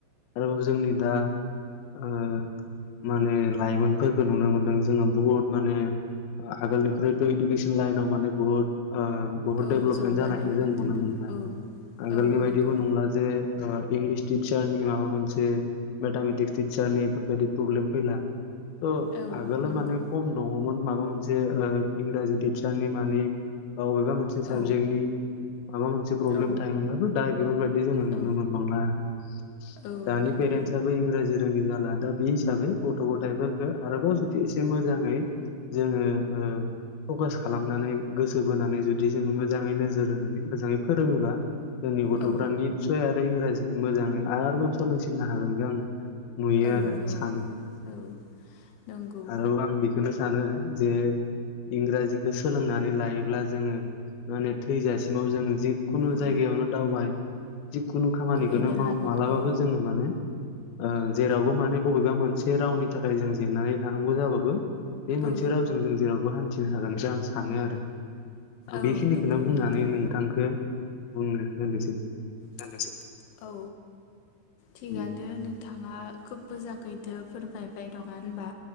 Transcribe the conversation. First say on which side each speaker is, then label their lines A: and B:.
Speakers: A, on the left; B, on the left.
A: आरो औ जोंनि दा ओ माने लाइमोनफोरखौ नुनो मोनदों जोङो बुहुत माने आगोलनिख्रुइथ' इडुकेसन लाइनाव माने बुहुत ओ बहुत दडेभलपमेन्ट
B: औ जौगानायखौ
A: जानायखौ जों नुनो
B: दोनदों
A: मोनबाय
B: औ
A: आगोलनि
B: औ
A: बायदिबो
B: नंगौ
A: नंला जे ओ इंलिस टिचार नि माबा मोनसे मेथामेटिक्स टिचार नि बेफोरबायदि प्रब्लेम फैला त
B: औ
A: आगोलो
B: नंगौ
A: माने खम दङमोन माबा मोनसे ओ इंराजि टिचारनि मानि अबेबा मोनसे साबजेक्टनि
B: औ
A: माबा मोनसे प्रब्लेम
B: औ
A: थायो मोनबाबो बेफोरबायदि जोङो नुनो
B: औ
A: मोनबांला आरो
B: औ
A: दानि
B: नंगौ
A: पेरेनसआथ इंग्राजि रोङि जाला दा बे हिसाबै गथ' गथायफोरखौ आरोबाव जुदि एसे मोजाङै जोङो ओ फकास खालामनानै गोसो बोनानै जुदि जों मोजाङै नोजोर होनानै मोजाङै फोरोङोबा जोंनि गथ'फ्रा
B: औ
A: निसय आरो इंराजिखौ मोजाङै आरोबाव सोलोंसिननो हागोनखौ आं नुयो
B: औ
A: आरो
B: औ
A: सानो
B: औ नंगौ
A: आरो आं बेखौनो सानो जे इंराजिखौ सोलोंनानै लायोब्ला जोङो माने थैजासिमाव जोङो जि खुनु
B: औ
A: जायगायावनो दावबाय जिखुनु खामानिखौनो
B: हैनो
A: माव
B: हागोन
A: मालाबाबो
B: औ
A: जोङो माने ओ जेरावबो माने बबेबा मोनसे रावनि थाखाय जों जेननानै थानांगौ जाबाबो बे मोनसे
B: औ
A: रावजों जों जेरावबो हान्थिनो हागोनखो आं सानो आरो आं
B: औ
A: बेखिनिखौनो
B: नंगौ
A: बुंनानै
B: नोंथां
A: नोंथांखौ बुंनो होनोसै
B: होनोसै औ थिगानो
A: उम
B: नोंथाङा खोब मोजांखैदो फोरमाय बाय नङा होनबा